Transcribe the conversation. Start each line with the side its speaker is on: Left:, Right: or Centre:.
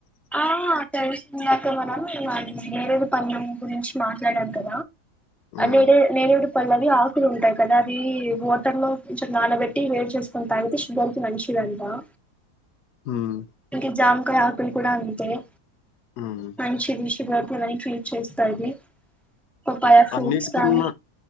Centre: ఆ తెలిసిందాకే మనం వాళ నేరేది పను గురించి మాట్లాడద్ద్ద
Left: మ్మ్
Centre: నెడ నెడడు పల్వి ఆకులు ఉంటా కదా అది మోటర్ లో కొంచెం నానబెటి వేట్ చేసుకుొని తాగితే షుగర్ కి మంచిదడి ఆ
Left: మ్మ్
Centre: అం జాముకాయ హాకులి కూడాడా అంతంత
Left: మ్మ్
Centre: మంచించిది విష షుగర్లా ఫ్రీట్ చేస్తాది పపాయ ఫ్రూట్స్
Left: అన్నిటి కన్నా
Centre: కానీ